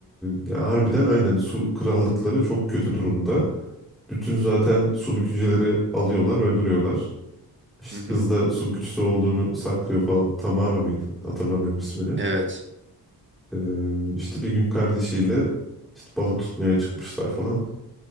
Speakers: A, in the centre; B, on the right.
A: ya harbiden aynen su krallıkları çok kötü durumda. Bütün zaten su bükücüleri alıyorlar, öldürüyorlar. İşte
B: Hı hı.
A: kız da su bükücüsü olduğunu saklıyor falan. Tamara mıydı? Hatırlamıyorum ismini.
B: Evet.
A: Ee, işte bir gün kardeşiyle işte balık tutmaya çıkmışlar falan.